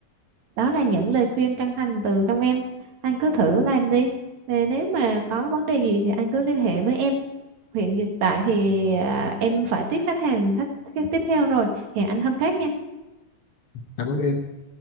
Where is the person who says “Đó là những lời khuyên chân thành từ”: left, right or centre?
Right